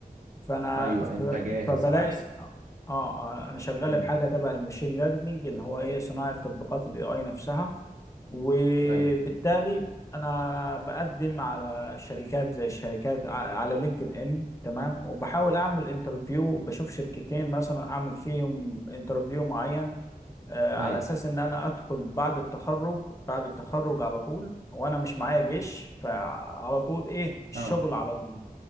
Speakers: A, on the left (about 20°); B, on the right (about 65°).
A: فانا
B: ايوه
A: ف-
B: انت جاهز
A: فبلاقي
B: عكسي
A: اه آه، انا شغال
B: امم
A: في حاجه تبع المشين ليرنينج اللي هو ايه صناعه تطبيقات الاي اي نفسها وبالتالي
B: ايوه
A: انا بقدم على شركات زي الشركات ع- على لينكد ان تمام وبحاول اعمل انترفيو بشوف شركتين مثلا اعمل فيهم انترفيو معين آه، على
B: ايوه
A: اساس ان انا ادخل بعد التخرج بعد التخرج على طول وانا مش معايا جيش فعلى طول ايه الشغل
B: اه
A: على طول